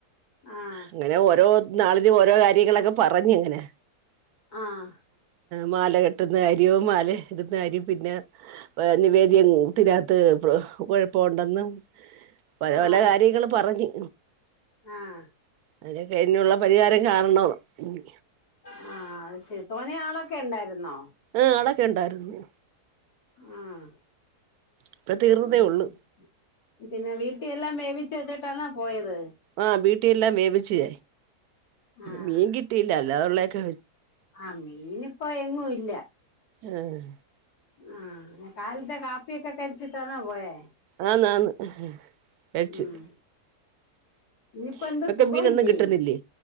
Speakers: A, on the left; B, on the right.
A: ആഹ്
B: അങ്ങനെ ഓരോ <unintelligible> ഓരോ കാര്യങ്ങളൊക്കെ പറഞ്ഞങ്ങനെ
A: ആഹ്
B: മാല കെട്ടുന്ന കാര്യോം മാല ഇടുന്ന കാര്യോം പിന്നെ നിവേദ്യം തിനകത്ത് കുഴപ്പമുണ്ടെന്നും പല പല
A: ആഹ്
B: കാര്യങ്ങും പറഞ്ഞു
A: ആഹ്
B: <unintelligible> പരിഹാരം കാരണ ഇനി
A: ആഹ അത് ശരി തോന ആളൊക്കെ ഉണ്ടായിരുന്നോ
B: ആഹ് ആളെക്കണ്ടായിരുന്നു
A: ആഹ്
B: ഇപ്പൊ തീർന്നതേ
A: ഉം
B: ഉള്ളു
A: പിന്നെ വീട്ടിയെല്ലാം വേവിച്ച് വെച്ചിട്ടാനാ പോയത്
B: ആഹ വീട്ടിലെല്ലാം വേവിച്
A: ആഹ്
B: മീൻ കിട്ടിയില്ല അല്ലാത ഉള്ളൊക്കെ
A: ആഹ് മീന് ഇപ്പോ എങ്ങും ഇല്ല
B: ആഹ്
A: ആഹ് കാൽത്തെ കാപ്പിയൊക്കെ കഴിച്ചിട്ടാണോ പോയേ
B: ആന്ന് ആന്ന് കഴിച്ചു
A: ഉം ഇനിയിപ്പ
B: ഇങ്ങക്ക്
A: ന്ത്‌ സുഖോ
B: മീനൊന്നും
A: ഇല്ലേ
B: കിട്ടുന്നില്ലേ